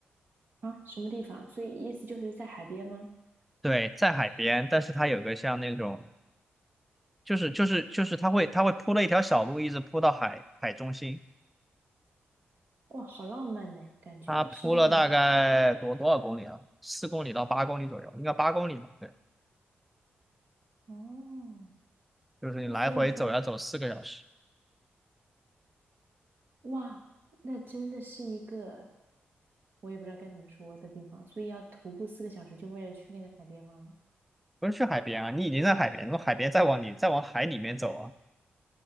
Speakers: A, on the right; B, in the centre.
A: 啊，什么地方？所以意思就是在海边吗？
B: 对，在海边，但是它有个像那种就是就是就是它会它会铺了一条小路，一直铺到海海中心。
A: 哇，好浪漫呢，感觉是那种
B: 它铺了大概多多少公里啊？四公里到八公里左右，应该八公里吧？对，
A: 哦。
B: 就是你来回走要走四个小时。
A: 那所以说，哇，那真的是一个我也不知道该怎么说的地方。所以要徒步四个小时，就为了去那个海边吗？
B: 不是去海边啊，你已经在海边，从海边再往里再往海里面走啊，